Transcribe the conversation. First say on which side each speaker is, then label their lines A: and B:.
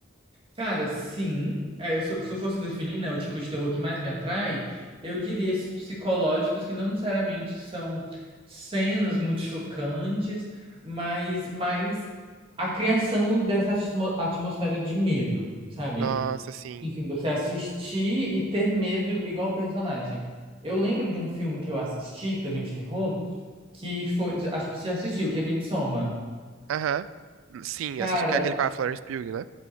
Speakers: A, on the right (about 30°); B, on the right (about 85°).
A: Cara, sim. É, se eu se eu fosse definir, né, o tipo de terror que mais me atrai, eu diria esses psicológicos que não necessariamente são cenas muito chocantes, mas mais a criação dessa atmo- atmosfera de medo, sabe?
B: Nossa, sim.
A: Enfim, você assistir e ter medo igual o personagem. Eu lembro de um filme que eu assisti, também de terror, que foi. Acho que você já assistiu, que é Midsommar.
B: Aham. Sim,
A: Cara,
B: assisti- que é aquele com a Florence Pugh, né?